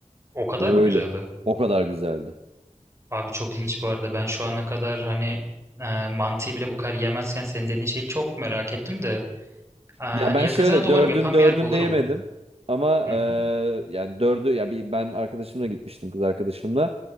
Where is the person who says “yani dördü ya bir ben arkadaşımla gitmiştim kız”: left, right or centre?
Right